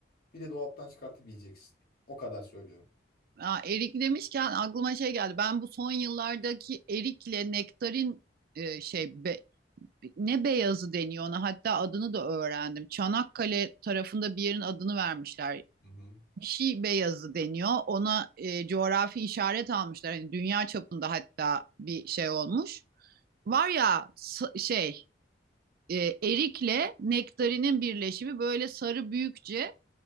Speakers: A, on the left; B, on the right.
A: bir de dolaptan çıkartıp yiyeceksin. O kadar söylüyorum.
B: Aa, erik demişken aklıma şey geldi. Ben bu son yıllardaki erikle nektarin e, şey be- ne beyazı deniyor ona hatta adını da öğrendim. Çanakkale tarafında bir yerin adını vermişler.
A: Hı hı.
B: Bir şey beyazı deniyor. Ona e, coğrafi işaret almışlar. Hani dünya çapında hatta bir şey olmuş. Var ya şey e, erikle nektarinin birleşimi böyle sarı büyükçe